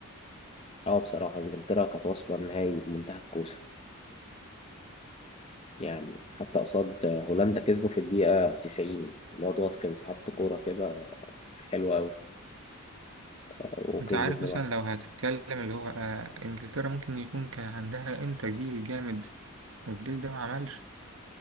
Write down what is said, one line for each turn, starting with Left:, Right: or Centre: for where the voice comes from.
Left: اه بصراحه انجلترا كانت واصله النهائي بمنتهى الكوسه يعني حتى قصاد هولندا كسبوا في الدقيقه 90 الواد واتكنز حط كوره كده حلوه قوي وكسبوا
Right: انت عارف
Left: 2-1
Right: مثلا لو هتتكلم اللي هو آه انجلترا ممكن يكون كان عندها امتى جيل جامد والجيل ده ما عملش